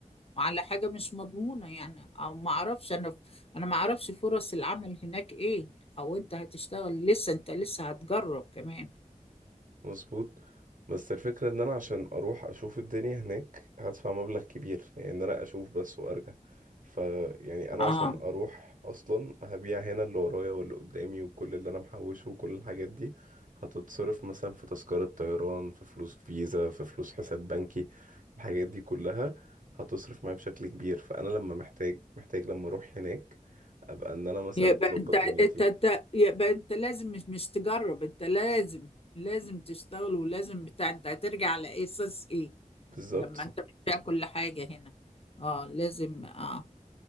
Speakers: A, on the left; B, on the right.
A: وعلى حاجة مش مضمونة يعني او ما اعرفش انا انا ما اعرفش فرص العمل هناك ايه او انت هتشتغل لسه انت لسه هتجرب كمان
B: مظبوط بس الفكرة ان انا عشان اروح اشوف الدنيا هناك هدفع مبلغ كبير يعني ان انا اشوف بس وارجع ف يعني انا
A: اه
B: عشان اروح اصلا هبيع هنا اللي ورايا واللي قدامي وكل اللي انا محوشه وكل الحاجات دي هتتصرف مثلا في تذكرة طيران في فلوس فيزا في فلوس حساب بنكي الحاجات دي كلها هتصرف معايا بشكل كبير فانا لما محتاج محتاج لما اروح هناك ابقى ان انا مثلا
A: يبقى
B: مظبط
A: انت انت
B: دنيتي
A: انت يبقى انت لازم مش مش تجرب انت لازم لازم تشتغل ولازم بتاع انت هترجع على ايه اساس ايه
B: بالظبط
A: لما انت بتبيع كل حاجة هنا اه لازم اه